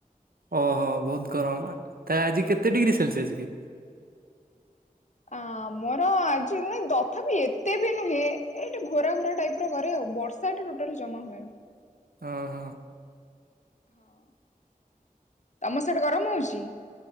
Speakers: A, on the right (about 80°); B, on the left (about 50°).
A: ଓହୋ ବହୁତ୍ ଗରମ ନା ତା ଆଜି କେତେ ଡିଗ୍ରୀ ସେଲସିଏସ୍ କି?
B: ଆମର ଆଜି ନାଇଁ ଦଥାପି ଏତେ ବି ନୁହେଁ ଏଇ ଟିକେ ଘୋରା ଘୋରା ଟାଇପ୍ ର କରେ ଆଉ ବର୍ଷ ବର୍ଷା ଏଇଠି ଟୋଟାଲ ଜମା ହୁଏନି।
A: ଅ ହଁ।
B: ହଁ ତମ ସିଆଡେ ଗରମ ହଉଚି?